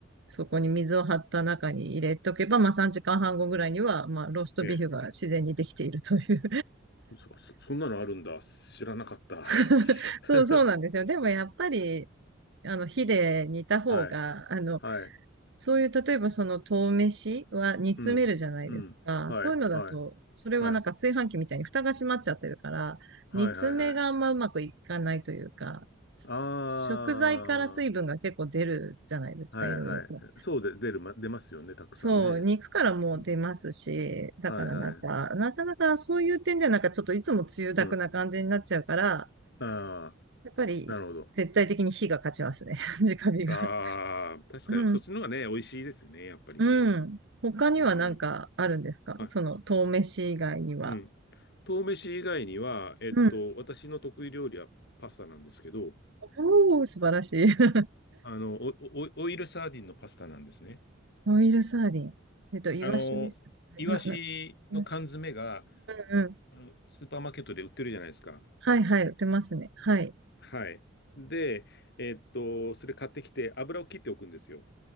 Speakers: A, on the right; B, on the left.
A: そこに水を張った中に入れとけば、まあ3時間半後ぐらいには、まあローストビーフが自然にできているという
B: ええ。そ、そそんなのあるんだ。知らなかった。
A: <laughs> そうそうなんですよ。
B: <laughs>
A: でもやっぱり、あの火で煮た方が、
B: はい。
A: あの、
B: はい。
A: そういう、例えばその豆飯は煮詰めるじゃないですか。
B: うん。うん。はい。
A: そういうのだと、
B: はい。
A: それはなんか炊飯器みたいに蓋が閉まっちゃってるから、
B: はい。はい。
A: 煮詰めがあんまうまくいかないというか、
B: はい。はい。
A: す食材から水分が結構出るじゃないですか、
B: ああ。はい。
A: いろいろと。
B: はい。そうで、出るま、出ますよね。たくさんね。
A: そう、肉からも出ますし、
B: うん。
A: だからなんか、
B: はい。はい。
A: なかなかそういう点ではなんかちょっといつもつゆだくな感じになっちゃうから、
B: うん。ああ。
A: やっぱり絶対的に火が勝ちますね。
B: なるほど。
A: <laughs> 直火が。
B: ああ、確かに、
A: うん。
B: そっちの方がね、美味しいですよね、やっぱりね。
A: うん。他にはなんかあるんですかその、
B: うん。はい。
A: 豆飯以外には。
B: うん。豆飯以外には、えっと、
A: うん。
B: 私の得意料理はパスタなんですけど、
A: おー、素晴らしい。<laughs>
B: あの、おおオイルサーディンのパスタなんですね。
A: オイルサーディン。えっと、イワシでしたっけ。
B: あの、イワシの缶詰が、
A: な、な、なうんうんうん。
B: あの、スーパーマーケットで売ってるじゃないですか。
A: はいはい、売ってますね。はい。
B: はい。で、えっと、それ買ってきて、油を切っておくんですよ。